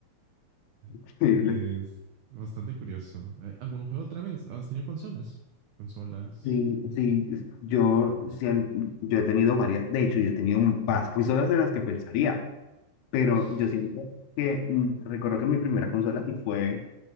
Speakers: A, on the left; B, on the right.
A: Increíble.
B: <laughs> es bastante curioso. Eh, ¿Algún juego otra vez? ¿Has tenido consolas? Consolas.
A: sí sí, es- yo, sien- yo he tenido varias, de hecho, yo he tenido más consolas de las que pensaría, pero
B: <laughs>
A: yo siento que mm, recuerdo que mi primera consola sí fue